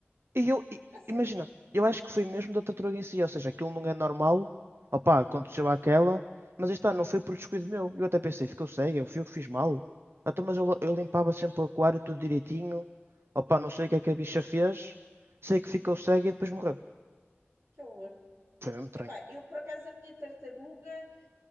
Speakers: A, on the right; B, on the right.
A: E eu, e-
B: a sério,
A: imagina, eu acho que foi mesmo da tartaruga em si, ou seja, aquilo não é normal, opá, aconteceu aquela, mas aí está, não foi por descuido meu. Eu até pensei, ficou cega, eu fui eu que fiz mal. Ah, Então, mas eu, eu limpava sempre o aquário tudo direitinho, opá, não sei o que é que a bicha fez, sei que ficou cega e depois morreu.
B: que horror.
A: Foi mesmo estranho.
B: Epá, eu por acaso a minha tartaruga,